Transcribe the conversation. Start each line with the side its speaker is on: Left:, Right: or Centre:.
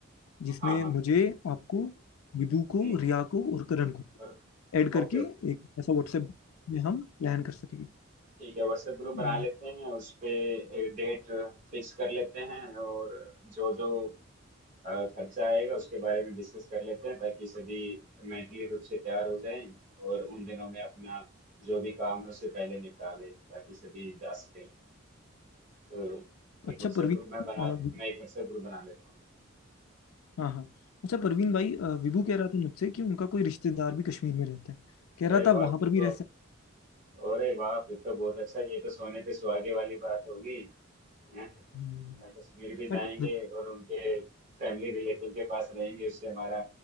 Left: जिसमें
Right: हाँ हाँ
Left: मुझे आपको विभू को
Right: हम्म,
Left: रिया को और करण को
Right: और
Left: ऐड करके
Right: Okay okay
Left: एक ऐसा व्हाट्सएप में हम प्लान कर सकेंगे
Right: ठीक है व्हाट्सएप ग्रुप बना
Left: अ,
Right: लेते हैं और उस पे एक डेट फिक्स कर लेते हैं और जो जो अ, खर्चा आएगा उसके बारे में डिस्कस कर लेते हैं ताकि सभी मेंटली रूप से तैयार हो जाएं और उन दिनों में अपना जो भी काम है उससे पहले निपटा लें ताकि सभी जा सके तो एक
Left: अच्छा
Right: व्हाट्सएप
Left: प्रवीण
Right: ग्रुप मैं बना
Left: अ,
Right: मैं एक व्हाट्सएप ग्रुप बना लेता हूँ
Left: हाँ हाँ अच्छा प्रवीण भाई अ, विभू कह रहा था मुझसे कि उनका कोई रिश्तेदार भी कश्मीर में रहता है कह
Right: अरे
Left: रहा था
Right: वाह
Left: वहां
Right: फिर
Left: पर भी
Right: तो
Left: रह सकते
Right: अरे बाप ये तो बहुत अच्छा ये तो सोने पे सुहागे वाली बात होगी हैं?
Left: हैं।
Right: ना कश्मीर भी
Left: बट
Right: जाएंगे और उनके फैमिली रिलेटिव के पास रहेंगे उससे हमारा